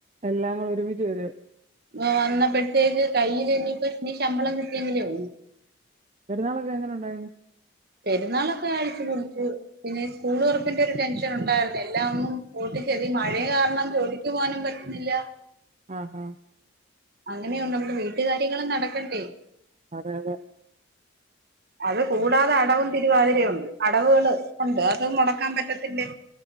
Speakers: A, on the right; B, on the right.
A: എല്ലാങ്ങുടെ ഒരുമിച്ച് വരു
B: വന്നപ്പോഴത്തേക്ക് കയ്യില് ഇഞ്ഞ്പ്പോ ഇനി ശമ്പളം കിട്ടിയെങ്കിലേള്ളൂ
A: പെരുന്നാളൊക്കെ എങ്ങനെ ഉണ്ടായിരുന്നു
B: പെരുന്നാളൊക്കെ അടിച്ചു പൊളിച്ചു പിന്നെ സ്കൂള് തൊറപ്പന്റെ ഒരു ടെൻഷ് ഒണ്ടായിരുന്നു എല്ലും കൂട്ടിച്ചെതി മഴയ കാരണം ജോലിക്ക് പോകാനും പറ്റുന്നില്ല
A: ആ ആ
B: അങ്ങനെയുണ്ട് നമ്മുടെ വീട്ടുകാര്യങ്ങളും നട ക്കണ്ടേയ്
A: അതെ അതെ
B: അത് കൂടാതെ അടവും തിരുവാതിരയുണ്ട് അടവുകൾ ഉണ്ട് അത് നട ക്കാൻ പറ്റത്തില്ലേ